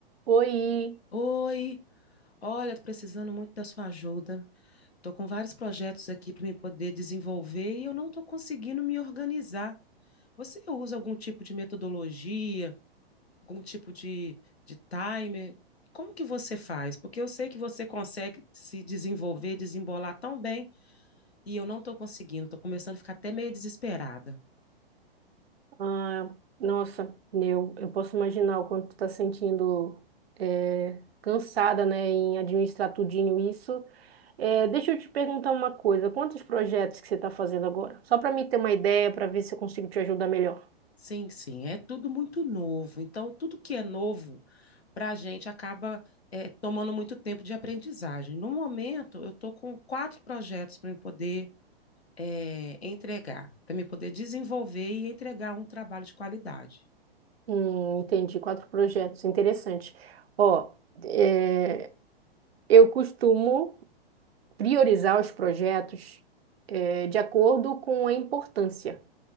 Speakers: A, on the right; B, on the left.
A: Oi,
B: Oi, olha, tô precisando muito da sua ajuda. Tô com vários projetos aqui para me poder desenvolver e eu não tô conseguindo me organizar. Você usa algum tipo de metodologia, algum tipo de, de timer? Como que você faz? Porque eu sei que você consegue se desenvolver, desembolar tão bem e eu não tô conseguindo. Tô começando a ficar até meio desesperada.
A: ah, nossa, eu, eu posso imaginar o quanto tu tá sentindo eh, cansada, né, em administrar tudinho isso. Eh, deixa eu te perguntar uma coisa, quantos projetos que você está fazendo agora? Só para mim ter uma ideia, para ver se eu consigo te ajudar melhor.
B: Sim, sim, é tudo muito novo. Então, tudo que é novo para a gente acaba é, tomando muito tempo de aprendizagem. No momento, eu estou com quatro projetos para me poder é, entregar, para me poder desenvolver e entregar um trabalho de qualidade.
A: Hum, entendi, quatro projetos, interessante. Ó, eh, eu costumo priorizar os projetos eh, de acordo com a importância